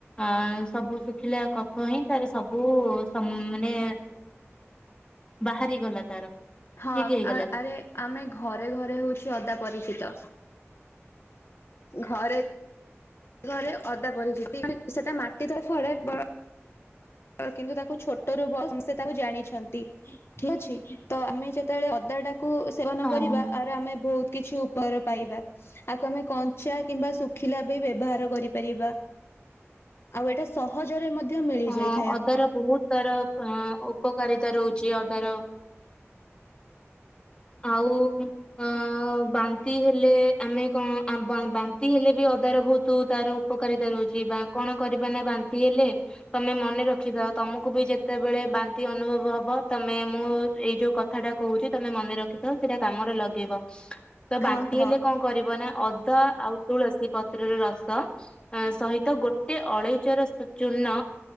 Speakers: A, on the left; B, on the left.
A: ଆ ସବୁ ଶୁଖିଲା କଫ ହିଁ ତାର ସବୁ ମାନେ ବାହାରିଗଲା ତାର
B: ହଁ
A: ଠିକ ହେଇଗଲା।
B: ଆ ଆରେ ଆମେ ଘରେ ଘରେ ହଉଛ ଅଦା ପରିଚିତ ଘରେ ଘରେ ଅଦା ପରି ସେଟା ମାଟି ତ ଫଳେ ବା କିନ୍ତୁ ତାକୁ ଛୋଟରୁ ବସ ସେ ତାକୁ ଜାଣିଛନ୍ତି ଠିକ ଅଛି ତ ଆମେ ଯେତେବେଳେ ଅଦାଟା କୁ ସେବନ
A: ହଁ
B: କରିବା ଆ ଆମେ ବହୁତ କିଛି ଉପର ପାଇବା ଆକୁ ଆମେ କଞ୍ଚା କିମ୍ବା ଶୁଖିଲା ବି ବ୍ୟବହାର କରିପାରିବା ଆଉ ଏଇଟା ସହଜରେ ମଧ୍ୟ ମିଳିଯାଇ
A: ହଁ ଅଦାର ବହୁତ ତାର ଉପକାରିତା ରହୁଛି ଯ ଅଧାର ଆଉ ଅ ବାନ୍ତି ହେଲେ ଆମେ କଣ ବାନ୍ତି ହେଲେ ବି ଅଦାର ବହୁତ ତାର ଉପକାରିତା ରହୁଛି କଣ କରିବା ନା ବାନ୍ତି ହେଲେ ତମେ ମନେ ରଖିବା ଆଉ ତମକୁ କୁ ବି ଯେତେବେଳେ ବାନ୍ତି ଅନୁଭବ ହବ ତମେ ମୁଁ ଏଇ ଯୋଉ କଥାଟା କହୁଛି ତମେ ମନେ ରଖ ତ ସେଇଟା କାମରେ ଲଗେଇବ ତ ବାନ୍ତି
B: ହଁ କୁହ।
A: ହେଲେ କଣ କରିବ ନା ଅ ଅଦା ଆଉ ତୁଳସୀ ପତ୍ରରେ ରସ ସହିତ ଗୋଟେ ଅଳେଇଚର ଚୂର୍ଣ